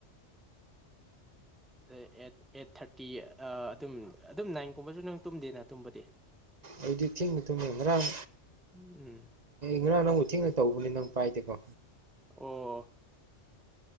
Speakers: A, in the centre; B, on the right.
A: ꯑꯩꯠ ꯑꯩꯠ ꯊꯔꯇꯤ ꯑꯗꯨꯝ ꯑꯗꯨꯝ ꯅꯥꯏꯟꯒꯨꯝꯕꯁꯨ ꯅꯪ ꯇꯨꯝꯗꯦꯅ ꯇꯨꯝꯕꯗꯤ
B: ꯑꯩꯗꯤ ꯊꯦꯡꯅ ꯇꯨꯝꯃꯦ ꯉꯔꯥꯡ
A: ꯎꯝ
B: ꯉꯔꯥꯡ ꯅꯪꯕꯨ ꯊꯦꯡꯅ ꯇꯧꯕꯅꯦ ꯅꯪ ꯄꯥꯏꯗꯦꯀꯣ
A: ꯑꯣ